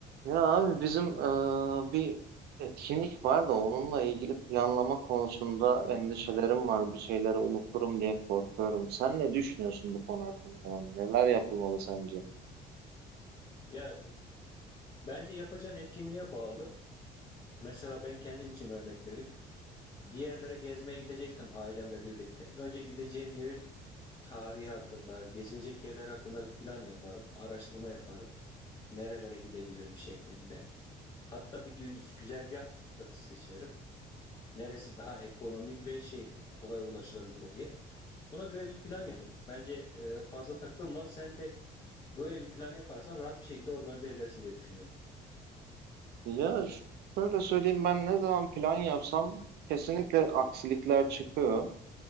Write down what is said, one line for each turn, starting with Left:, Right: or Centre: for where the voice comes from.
Right: Ya abi bizim eee, bir etkinlik var da onunla ilgili planlama konusunda endişelerim var. Bir şeyleri unuturum diye korkuyorum. Sen ne düşünüyorsun bu konu hakkında? Yani neler yapılmalı sence?
Left: Ya bence yapacağın etkinliğe bağlı. Mesela ben kendim için örnek vereyim. Bir yerlere gezmeye gideceksem ailemle birlikte önce gideceğim yerin tarihi hakkında, gezilecek yerler hakkında bir plan yaparım, araştırma yaparım. Nerelere gidebilirim şeklinde. Hatta bir güz- güzergah da seçerim. Neresi daha ekonomik ve şey kolay ulaşılabilir o diye. Buna göre bir plan yaparım. Bence e, fazla takılma. Sen de böyle bir plan yaparsan rahat bir şekilde organize edersin diye düşünüyorum.
Right: Ya ş- şöyle söyleyeyim ben ne zaman plan yapsam kesinlikle aksilikler çıkıyor.